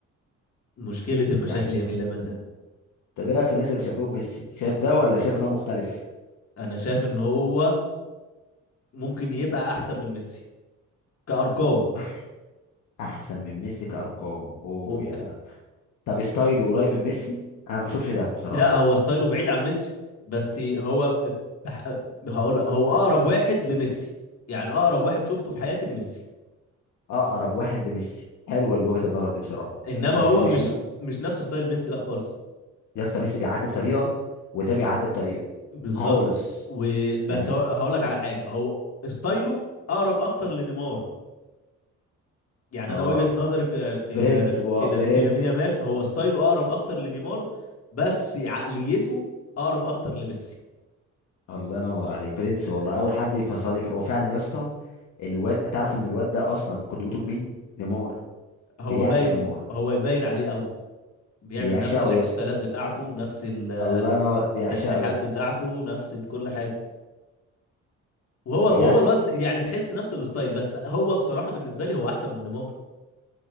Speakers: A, on the left (about 55°); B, on the left (about 75°).
A: مشكله المشاكل
B: يعني
A: يمين يامال ده
B: طب ايه رايك في الناس اللي بيشبهوا بميسي شايف ده ولا شايف ان هو مختلف
A: انا شايف ان هو ممكن يبقى احسن من ميسي كارقام
B: <laughs> احسن من ميسي كارقام اوه
A: ممكن
B: يا طب ستايله قريب من ميسي انا ما بشوفش ده بصراحه
A: لا هو ستايله بعيد عن ميسي بس هو ب... بح... هقول هو اقرب واحد لميسي يعني اقرب واحد شفته في حياتي لميسي
B: اقرب واحد لميسي حلوه وجهه النظر دي بصراحه
A: انما
B: بس
A: هو
B: مش
A: مش
B: م...
A: مش نفس ستايل ميسي لا خالص
B: يا اسطى ميسي بيعدي بطريقه وده بيعدي بطريقه
A: بالظبط
B: خالص
A: وبس
B: يعني
A: هو- هقولك على حاجه هو ستايله اقرب اكتر لنيمار يعني
B: اه
A: انا وجهه نظري في في
B: برنس و...
A: في
B: برنس
A: في لامين يامال هو ستايله اقرب اكتر لنيمار بس عقليته اقرب اكتر لميسي
B: الله ينور عليك برنس والله اول حد يفصل لك هو فعلا يا اسطى الواد تعرف ان الواد ده اصلا قدوته مين نيمار
A: هو
B: بيعشق
A: باين
B: نيمار
A: هو يبين عليه قوي بيعمل
B: بيعشقه
A: نفس الاحتفالات
B: يا اسطى
A: بتاعته نفس ال-
B: الله ينور بيعشقه
A: التسريحات بتاعته نفس كل حاجه وهو
B: بجد
A: وهو الواد يعني تحس نفس الستايل بس هو بصراحه بالنسبه لي هو احسن من نيمار